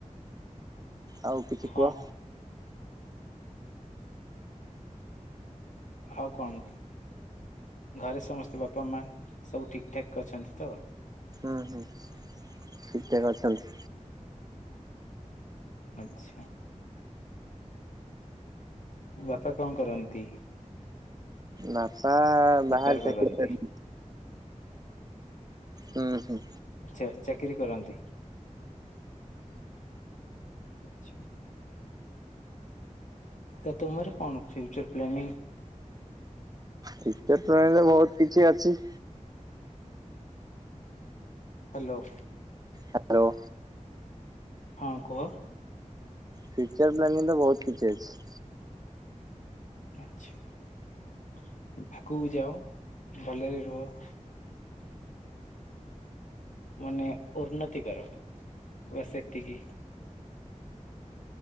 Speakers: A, on the right; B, on the left.
A: ଆଉ କିଛି
B: ହଁ
A: କୁହ
B: ଆଉ କଣ? ଘରେ ସମସ୍ତେ ବାପା ମା ସବୁ ଠିକ ଠାକ୍ ଅଛନ୍ତି ତ?
A: ହୁ ହୁଁ ଠିକ ଠାକ୍ ଅଛନ୍ତି
B: ଆଛା ବାପା କଣ କରନ୍ତି।
A: ବାପା
B: ବେପାର
A: ବାହାରେ
B: କରନ୍ତି
A: ଚାକିରି କରି। ହୁଁ ହୁଁ।
B: ଚା- ଚାକିରୀ କରନ୍ତି। ଛ୍୍ ତ ତୁମର କଣ ଫ୍ୟୁଚର ପ୍ଲାନିଂ।
A: ଟିକେଟ ଟଣୀରେ ବହୁତ କିଛି ଅଛି।
B: ହାଲୋ।
A: ହାଲୋ
B: ହଁ କୁହ।
A: ଫ୍ୟୁଚର୍ ପ୍ଲାନିଂ ତ ବହୁତ କିଛି ଅଛି।
B: ଆଛା ଆଗକୁ ଯାଅ ଭଲରେ ରୁହ। ମାନେ ଉନ୍ନତି କର ବସ୍ ଏତିକି